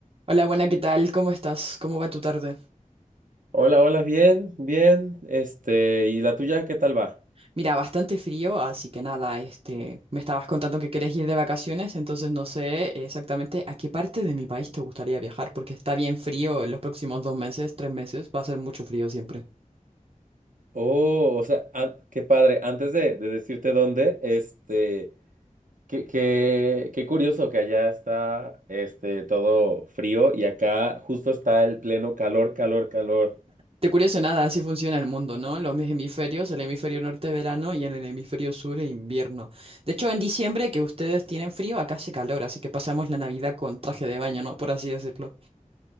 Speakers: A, on the right (about 45°); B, on the right (about 75°).
A: Hola, buena, ¿qué tal? ¿Cómo estás? ¿Cómo va tu tarde?
B: Hola, hola, bien, bien. Este, ¿y la tuya qué tal va?
A: Mira, bastante frío, así que nada, este, me estabas contando que querés ir de vacaciones, entonces no sé exactamente a qué parte de mi país te gustaría viajar, porque está bien frío en los próximos dos meses, tres meses, va a ser mucho frío siempre.
B: Oh, o sea, an- qué padre. Antes de, de decirte dónde, este, qué, qué, qué curioso que allá está, este, todo frío y acá justo está el pleno calor, calor, calor.
A: Te curioso nada, así funciona el mundo, ¿no? Los hemisferios, el hemisferio norte verano y en el hemisferio sur invierno. De hecho, en diciembre que ustedes tienen frío, acá hace calor, así que pasamos la Navidad con traje de baño, ¿no? Por así decirlo.